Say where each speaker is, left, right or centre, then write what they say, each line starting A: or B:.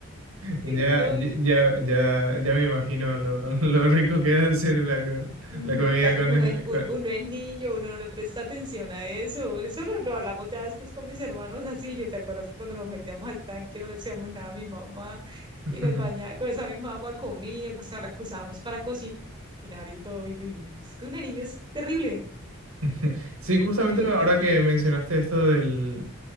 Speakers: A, on the right; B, on the right.
A: Ya,
B: Y no,
A: ya, ya, ya me imagino lo, <laughs> lo rico que debe ser la,
B: Mm,
A: la comida
B: ah,
A: con
B: pero
A: el...
B: uno, es u-
A: con-
B: uno es niño, uno no le presta atención a eso. Eso lo, lo hablamos ya después con mis hermanos así. Yo, ¿te acuerdas cuando nos metíamos al tanque, no le decíamos nada a mi mamá
A: <laughs>
B: y nos bañaba con esa misma agua comía, o sea, la que usábamos para cocinar y todo. Y yo, "Uy, no, es que uno de niño es terrible.
A: <laughs> Sí, justamente
B: Uno es
A: ahora
B: terrible.
A: que mencionaste esto del,